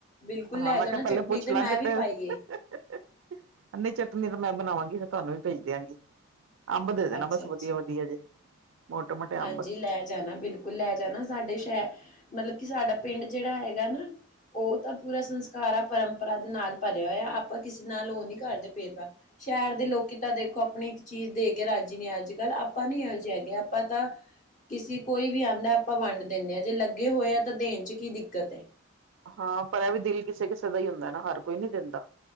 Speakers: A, on the left; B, on the right.
A: ਬਿਲਕੁਲ
B: ਹਾਂ
A: ਲੈ
B: ਮੈਂ
A: ਜਾਣਾ
B: ਕਿਹਾ ਪਹਿਲੇ
A: ਚਟਨੀ
B: ਪੁੱਛ
A: ਤੇ
B: ਲਾਂ
A: ਮੈਂ
B: ਕਿਤੇ
A: ਵੀ
B: <unintelligible>
A: ਪਾਈ ਏ
B: ਨਹੀਂ ਚਟਨੀ ਤਾਂ ਮੈਂ ਬਣਾਵਾਂਗੀ, ਤੁਹਾਨੂੰ ਵੀ ਭੇਜ ਦਿਆਂਗੀ। ਅੰਬ ਦੇ ਦੇਣਾ
A: ਅੱਛਾ-ਅੱਛਾ
B: ਬਸ ਵਧੀਆ- ਵਧੀਆ ਜੇ। ਮੋਟੇ ਮੋਟੇ
A: ਹਾਂਜੀ
B: ਅੰਬ
A: ਲੈ ਜਾਣਾ, ਬਿਲਕੁਲ ਲੈ ਜਾਣਾ, ਸਾਡੇ ਸ਼ਹਿ ਮਤਲਬ ਕਿ ਸਾਡਾ ਪਿੰਡ, ਜਿਹੜਾ ਹੈਗਾ ਨਾ। ਉਹ ਤਾਂ ਪੂਰਾ ਸੰਸਕਾਰ ਆ, ਪਰੰਪਰਾ ਦੇ ਨਾਲ, ਭਰਿਆ ਹੋਇਆ, ਆਪਾਂ ਕਿਸੇ ਨਾਲ ਉਹ ਨਹੀਂ ਕਰਦੇ ਭੇਦ- ਭਾਵ। ਸ਼ਹਿਰ ਦੇ ਲੋਕੀ ਤਾਂ ਦੇਖੋ, ਆਪਣੀ ਇੱਕ ਚੀਜ਼ ਦੇ ਕੇ ਰਾਜੀ ਨੇ ਅੱਜ ਕੱਲ, ਆਪਾਂ ਨੀ ਇਹੋ ਜਿਹਾ ਹੈਗੇ। ਪਤਾ। ਕਿਸੇ ਕੋਈ ਵੀ ਆਉਂਦਾ ਆਪਾਂ ਵੰਡ ਦਿੰਦੇ ਹਾਂ, ਜੇ ਲੱਗੇ ਹੋਏ ਆ ਤਾਂ ਦੇਣ 'ਚ ਕੀ ਦਿੱਕਤ ਐ।
B: ਹਾਂ ਪਰ ਇਹ ਵੀ ਦਿਲ ਕਿਸੇ- ਕਿਸੇ ਦਾ ਹੀ ਹੁੰਦਾ ਨਾ, ਹਰ ਕੋਈ ਨੀ ਦਿੰਦਾ।